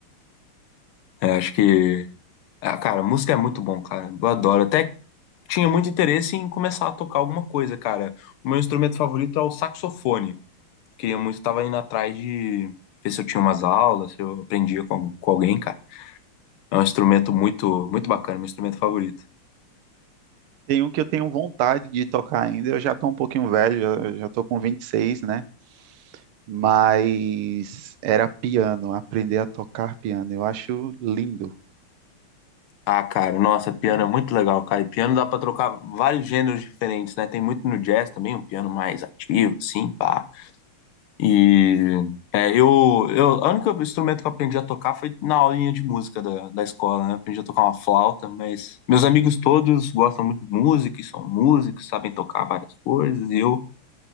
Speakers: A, on the left (about 75°); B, on the right (about 80°).
A: É, acho que, ah, cara, música é muito bom, cara. Eu adoro. Até tinha muito interesse em começar a tocar alguma coisa, cara. O meu instrumento favorito é o saxofone. Queria muito, tava indo atrás de ver se eu tinha umas aulas, se eu aprendia com, com alguém, cara. É um instrumento muito, muito bacana, meu instrumento favorito.
B: Tem um que eu tenho vontade de tocar ainda. Eu já tô um pouquinho velho, eu já tô com 26, né? Mas era piano, aprender a tocar piano. Eu acho lindo.
A: Ah, cara, nossa, piano é muito legal, cara. E piano dá pra trocar vários gêneros diferentes, né? Tem muito no jazz também, um piano mais ativo, assim, pá. E é, eu, eu, o único instrumento que eu aprendi a tocar foi na aulinha de música da, da escola, né? Aprendi a tocar uma flauta, mas meus amigos todos gostam muito de música e são músicos, sabem tocar várias coisas, e eu